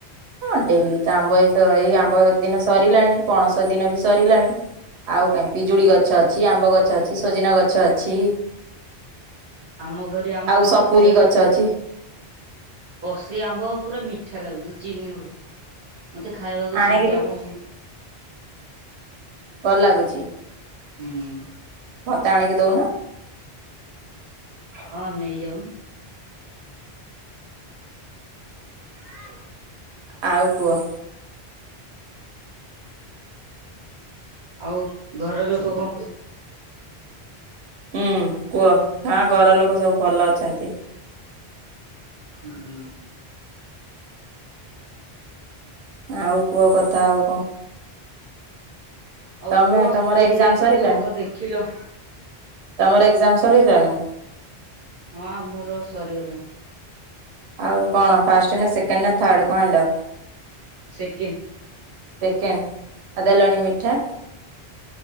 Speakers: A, on the right; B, on the right.
A: ହଁ ଡେଲି ତ ଆମ୍ବ ଏ ଏଇ ଆମ୍ବ ଦିନ ସରିଲାଣି ପଣସ ଦିନ ବି ସରିଲାଣି। ଆଉ କାଇଁ ପିଜୁଳି ଗଛ ଅଛି ଆମ୍ବ ଗଛ ଅଛି ସଜନା ଗଛ ଅଛି।
B: ଆମ ଘରେ ଆମ୍ବ
A: ଆଉ
B: ଗଛ
A: ସପୁରୀ
B: ଥିଲା
A: ଗଛ ଅଛି
B: କଷି ଆମ୍ବ ପୁରା ମିଠା ଲାଗୁଛି। ଚିନି ଭଳି ମତେ ଖାଇବାକୁ
A: ଆଣିକି
B: ସେମିତି
A: ଟିକେ
B: ଆମ
A: ଭଲ ଲାଗୁଛି
B: ଉଁ
A: ମତେ ଆଣିକି ଦଉନା।
B: ହଁ ନେଇ ଯାଉନୁ। ହଁ <inaudible>
A: ଆଉ କୁଅ?
B: ଆଉ ଘର ଲୋକ କଣ କହୁ
A: ହୁଁ କୁହ ହଁ ଘର ଲୋକ ସବୁ ଭଲ ଅଛନ୍ତି।
B: ହୁଁ।
A: ଆଉ କୁହ କଥା ଆଉ କଣ?
B: ଆଉ
A: ତମେ
B: କୁହ
A: ତମର
B: ପୁରୀ
A: ଏକ୍ଜାମ
B: ଯାଇଥିଲ
A: ସରିଲାଣି
B: କଣ କଣ ଦେଖିଲ?
A: ତମର ଏକ୍ଜାମ ସରିଗଲାଣି?
B: ହଁ ଆମର ସରିଗଲାଣି।
A: ଆଉ କଣ ଫାଷ୍ଟ ନା ସେକେଣ୍ଡ ନା ଥାଡ କଣ ଆଇଁଲ?
B: ସେକେନ୍।
A: ସେକେଣ୍ଡ ଆ ଦେଲନି ମିଠା।